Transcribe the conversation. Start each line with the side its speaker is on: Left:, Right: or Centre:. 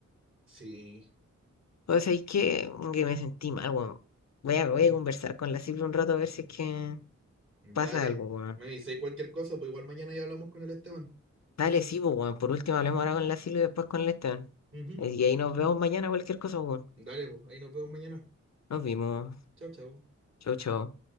Right: sí.
Left: O sea, es que, que me sentí mal, weón. Voy a,
Right: Mm.
Left: voy a conversar con la Silvia un rato a ver si es que
Right: Dale,
Left: pasa algo, weón.
Right: me avisé cualquier cosa, pues igual mañana ya hablamos con el Esteban.
Left: Dale, sí, pues, weón. Por último, hablemos ahora con la Silvia y después con el Esteban.
Right: Ujú.
Left: Y ahí nos vemos mañana, cualquier cosa, weón.
Right: Dale, pues, ahí nos vemos mañana.
Left: Nos vimos.
Right: Chao, chao.
Left: Chau, chau.